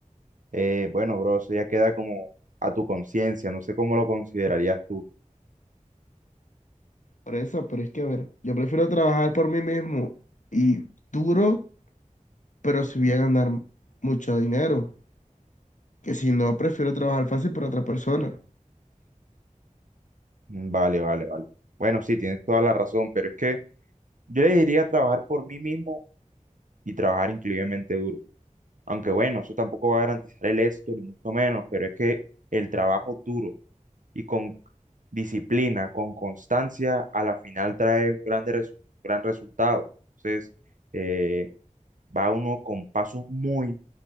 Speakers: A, on the right; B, on the left.
A: Eh, bueno, bro, eso ya queda como a tu conciencia, no sé cómo lo considerarías tú.
B: por eso, pero es que, a ver, yo prefiero trabajar por mí mismo y duro, pero si voy a ganar mucho dinero, que si no, prefiero trabajar fácil para otra persona.
A: Mm, Vale, vale, vale. Bueno, sí, tienes toda la razón, pero es que yo le diría trabajar por mí mismo y trabajar increíblemente duro. Aunque bueno, eso tampoco va a garantizar el éxito, ni mucho menos, pero es que el trabajo duro y con disciplina, con constancia, a la final trae un grande resu- gran resultado. Entonces, eh, Va uno con pasos muy,